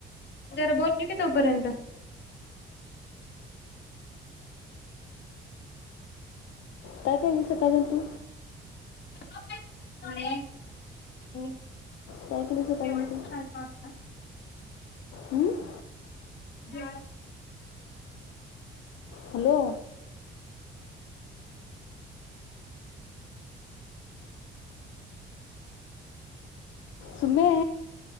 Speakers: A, on the left; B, on the left.
A: जरा बोल कि तोपर्यंत
B: काय केली सकाळरधन तु?
A: <unintelligible> हम्म <unintelligible> मी
B: काय केली सकाळधन
A: जेवायच
B: तु?
A: करालतो आता
B: हम्म <inaudible>
A: जेवाय
B: हॅलो... सुमे